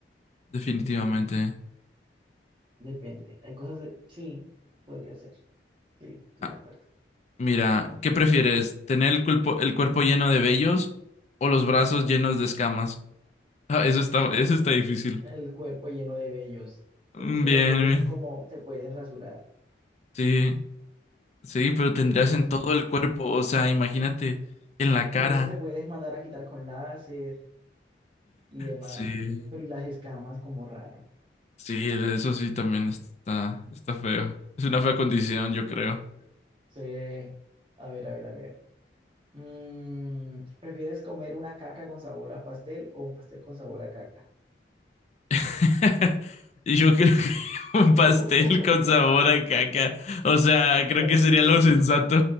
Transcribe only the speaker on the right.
Mm, depende, hay cosas de... Sí, podría ser, sí, estoy
de acuerdo.
El cuerpo lleno de vellos, porque
es que
los vellos
son como, se pueden rasurar.
Pero, y las
escamas.
Pero eso te puedes mandar a quitar con láser y demás.
Pero y las escamas como raro.
Sí. A ver, a ver, a ver. Mm, ¿prefieres comer una caca con sabor a pastel o un pastel con sabor a caca?
<laughs>
También.